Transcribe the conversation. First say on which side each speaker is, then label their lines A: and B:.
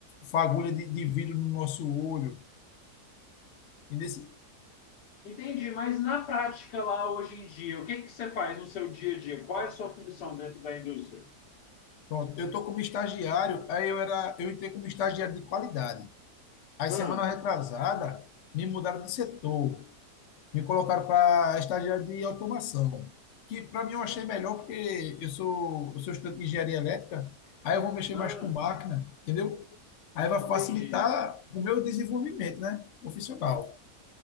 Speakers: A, on the left; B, on the left.
A: fagulha de, de vidro no nosso olho, entendeu?
B: Entendi, mas na prática lá hoje em dia, o que que você faz no seu dia a dia? Qual é a sua função dentro da indústria?
A: Pronto, eu tô como estagiário, aí eu era, eu entrei como estagiário de qualidade. Aí
B: Ah,
A: semana retrasada, me mudaram de setor. me colocaram para estagiário de automação, que para mim eu achei melhor porque eu sou, eu sou estudante de engenharia elétrica, aí eu vou mexer
B: ah,
A: mais com máquina, entendeu? Aí vai
B: entendi.
A: facilitar o meu desenvolvimento, né, profissional.